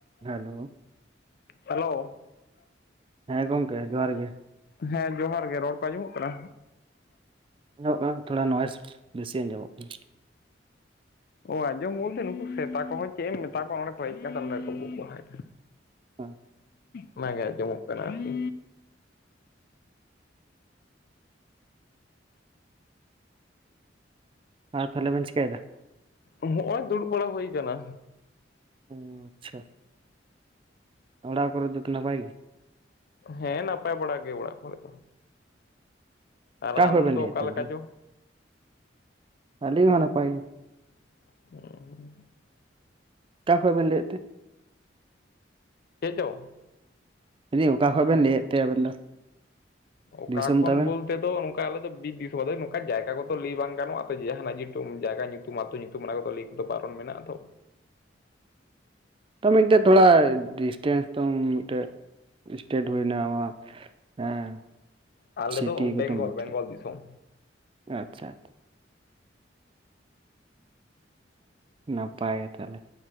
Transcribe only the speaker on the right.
hello
ᱦᱮᱸ ᱜᱚᱝᱠᱮ ᱡᱚᱦᱟᱨ ᱜᱮ
ᱟᱡᱚᱢᱚᱜ ᱠᱟᱱᱟ ᱛᱷᱚᱲᱟ ᱱᱚᱭᱮᱥ ᱵᱮᱥᱤ ᱟᱸᱡᱚᱢᱚᱜ ᱠᱟᱱᱟ
ᱠᱟᱱᱟ
ᱟᱨ ᱛᱟᱦᱚᱞᱮ ᱵᱮᱱ ᱪᱮᱠᱟᱹᱭᱮᱫᱟ?
ᱚ ᱟᱪᱪᱷᱟ ᱚᱲᱟᱜ ᱠᱚᱨᱮ ᱫᱚᱯᱮ ᱱᱟᱯᱟᱭ ᱜᱮᱭᱟ?
ᱚᱠᱟ ᱠᱷᱚᱡ
ᱵᱮᱱ
ᱞᱟᱹᱭᱮᱫ
ᱛᱮ ᱟᱵᱤᱱ
ᱫᱚ?
ᱟᱞᱤᱧ ᱦᱚᱸ ᱱᱟᱯᱟᱭ ᱜᱮ
ᱚᱠᱟ ᱠᱷᱚᱡ ᱵᱮᱱ ᱞᱟᱹᱭᱮᱫ ᱛᱮ?
ᱞᱟᱭᱹ ᱫᱟᱹᱧ ᱚᱠᱟ ᱠᱷᱚᱡ ᱵᱮᱱ ᱞᱟᱹᱭᱮᱫ ᱛᱮ ᱟᱵᱮᱱ ᱫᱚ?
ᱫᱤᱥᱚᱢ
ᱛᱟᱵᱮᱱ
ᱛᱚ ᱢᱤᱫᱴᱮᱡ ᱛᱷᱚᱲᱟ ᱰᱤᱥᱴᱮᱱᱥ ᱫᱚ ᱢᱤᱫᱴᱮᱡ ᱥᱴᱮᱴ ᱦᱩᱭᱱᱟ ᱟᱢᱟᱜ ᱦᱮᱸ
ᱥᱤᱴᱤ
ᱜᱮᱛᱚᱢ ᱞᱟᱹᱭ
ᱠᱮᱫ
ᱟᱪᱪᱷᱟ ᱟᱪᱪᱷᱟ ᱱᱟᱯᱟᱭ ᱜᱮ ᱛᱟᱦᱚᱞᱮ,